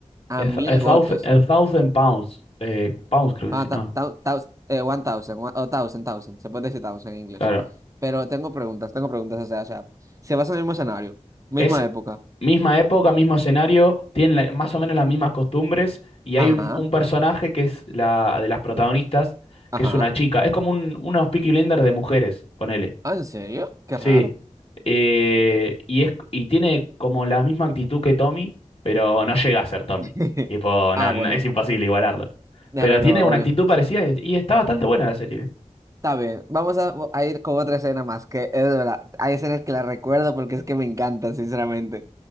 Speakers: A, on the right (about 25°); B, on the left (about 50°).
A: Ah,
B: A, thou-
A: mil
B: a thousand,
A: golpes.
B: a thousand pounds. Eh, pounds creo
A: Ah,
B: que sí,
A: ta-
B: no,
A: ta- taus- eh, one thousand, one- o thousand, thousand. Se puede decir thousand en inglés.
B: claro.
A: Pero tengo preguntas, tengo preguntas, o sea, o sea, se basa en el mismo escenario, misma
B: Es
A: época.
B: misma época, mismo escenario, tienen la- más o menos las mismas costumbres y
A: Ajá,
B: hay un, un personaje que es la de las protagonistas,
A: ajá.
B: que es una chica. Es como un, unos Peaky Blinders de mujeres, ponele
A: Ah, ¿en serio? Qué
B: Sí,
A: raro.
B: eh, y, es, y tiene como la misma actitud que Tommy, pero no llega a ser Tommy.
A: <laughs>
B: Tipo, no,
A: Ah,
B: no-
A: bueno.
B: es imposible igualarlo.
A: No,
B: Pero
A: no,
B: tiene
A: no,
B: una
A: obvio.
B: actitud parecida y, y está bastante buena la serie. ¿eh?
A: Está bien, vamos a, a ir con otra escena más, que es de verdad, hay escenas que las recuerdo porque es que me encantan, sinceramente.